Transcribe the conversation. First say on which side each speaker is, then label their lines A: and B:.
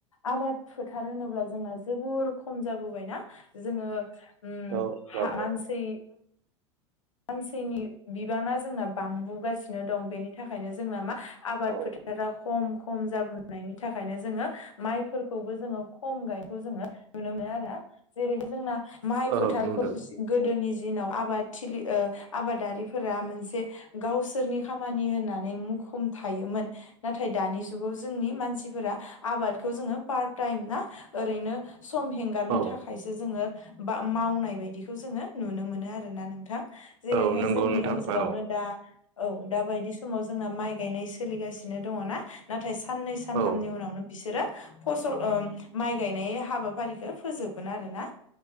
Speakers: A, on the left; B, on the right.
A: आबाद फोथार होनोब्ला जोंना जोबोर खम जाबोबायना? जोङो उ
B: औ जाबाय
A: हा मानसि सानसेनि बिबाना जोंना बांबुगास दं बेनि थाखायनो जोंना मा आबाद
B: औ
A: फोथारा खम खम जाबोनायनायनि थाखायनो जोङो माइफोरखौबो जोङो खम गायनायखौ जोङो नुनो मोनो आरो जेरैबो जोंना माइ
B: औ
A: फोथारखौ
B: नुदों
A: गोदोनि दिनाव आबाद थिलि ओ आबादारिफोरा मोनसे गावसोरनि खामानि होननानै मुखुम थायोमोन नाथाय दानि जुगाव जोंनि मानसिफोरा आबादखौ जोङो पार्ट टाइम ना ओरैनो सम हेंगारनो
B: औ
A: थाखायसो जोङो बा मावनाय बायदिखौ जोङो नुनो मोनो आरोना नोंथां। जेरैहाय
B: औ नंगौ
A: जोंनि
B: नोंथां
A: ओनसोलावनो
B: औ
A: दा औ दा बायदि समाव जोंना माइ गायनाय सोलिगासिनो दङना ना थाय साननै सानथामनि
B: औ
A: उनावनो बिस सोरो फसल ओ माइ गायनाय हाबाफारिखो फोजोबगोन आरो ना।